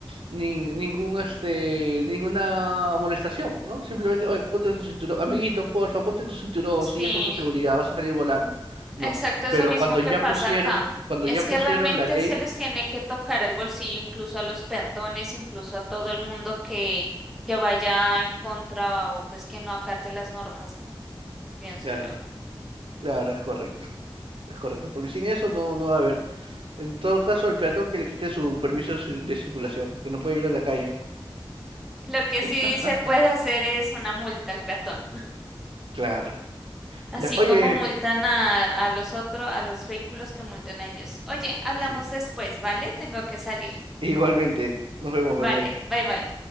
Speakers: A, on the right; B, in the centre.
A: ni- ningún, este, ninguna amonestación, ¿no? Simplemente, oye, ponte tu cinturón, amiguito, porfa, ponte tu cinturón,
B: Sí,
A: si es por tu seguridad, vas a salir volando. No,
B: Exacto, es
A: pero
B: lo mismo
A: cuando
B: que
A: ya
B: pasa
A: pusieron,
B: acá.
A: cuando
B: Es
A: ya
B: que
A: pusieron
B: realmente
A: la ley,
B: se les tiene que tocar el bolsillo incluso a los peatones, incluso a todo el mundo que, que vaya en contra o pues que no acate las normas, ¿no? Pienso
A: claro,
B: yo.
A: claro, es correcto. Es correcto, porque sin eso no, no va a haber. En todo caso, al peatón que le quiten su permiso de cir- de circulación, porque no puede ir a la calle.
B: Lo que sí
A: <laughs>
B: se puede hacer es una multa al peatón,
A: Claro.
B: así
A: Ya, oye,
B: como multan a, a los otros, a los vehículos que multen a ellos. Oye, hablamos
A: sí,
B: después, ¿vale? Tengo que salir.
A: igualmente, nos vemos,
B: Vale,
A: bye bye.
B: bye bye.